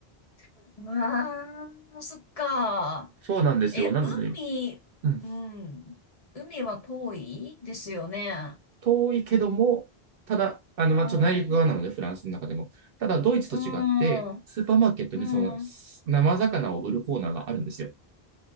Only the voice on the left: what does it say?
ああ、そっか。
え、
海、
うん。海は遠いですよね。
うん。
う
ん。
うん。